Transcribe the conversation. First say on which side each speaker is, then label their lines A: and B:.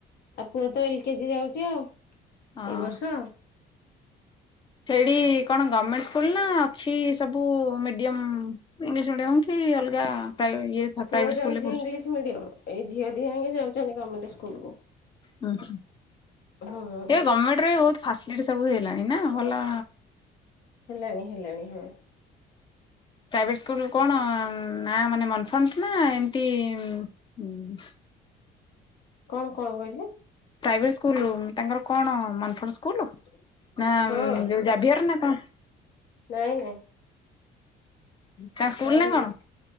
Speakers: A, on the left; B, on the left.
A: ଆ ପୁଅ ତ ଏଲ୍ କେ ଜି ଯାଉଚି ଆଉ ଏଇ
B: ହଁ
A: ବର୍ଷ।
B: ହେଇଡ଼ି କଣ ଗଭମେଟ୍ ସ୍କୁଲ୍ ନାଁ ଅଛି ସବୁ ମିଡ଼ିୟମ୍ ଇଂଲିଶ୍ ମିଡ଼ିୟମ୍? ଇ ଅଲଗା ପ୍ରାଇ ଇଏ।
A: ପୁଅ
B: ପ୍ରାଇଭେଟ
A: ଯାଉଚି
B: ସ୍କୁଲରେ ପଢୁଛୁ?
A: ଇଂଲିଶ୍ ମିଡି଼ୟମ୍ ଏଇ ଝିଅ ଧିଆଙ୍କେ ଯାଉଚନ୍ତି ଗମେଟ୍ ସ୍କୁଲ୍ କୁ।
B: ଉଁ ହୁଁ।
A: ହଁ
B: ଏ ଗମେଟ୍ ର ବି ଭୋଉତ୍ ଫାସଲିଟି ସବୁ ହେଇଲାଣି ନାଁ ଭଲ
A: ହେଲାଣି ହେଲାଣି ହଁ।
B: ପ୍ରାଇଭେଟ୍ ସ୍କୁଲ୍ କଣ ନାଁ ମାନେ ମନଫ୍ରଣ୍ଟ୍ ନାଁ ଏମତି ଉଁ
A: କଣ କଣ କହିଲେ?
B: ପ୍ରାଇଭେଟ୍ ସ୍କୁଲ୍ ତାଙ୍କର କଣ ମନଫର୍ ସ୍କୁଲ୍ ନାଁ
A: ହଁ
B: ଯୋଉ ଜାଭିୟର୍ ନାଁ କଣ?
A: ନାଇଁ ନାଇଁ।
B: ତାଙ୍କ ସ୍କୁଲ
A: ତାର
B: ନା କଣ?
A: ଇଙ୍ଗ୍